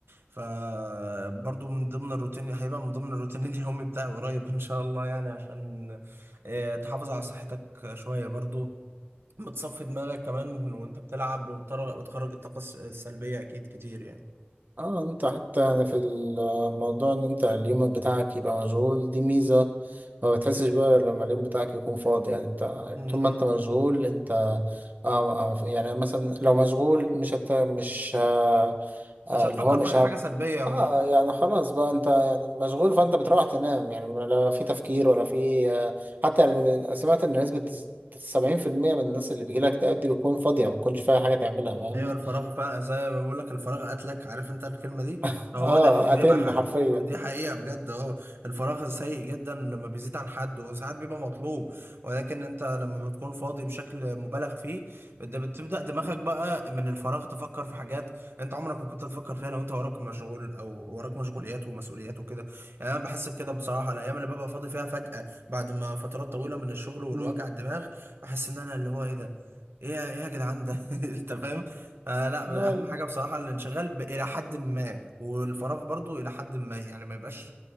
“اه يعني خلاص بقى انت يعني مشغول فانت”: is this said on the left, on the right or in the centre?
Right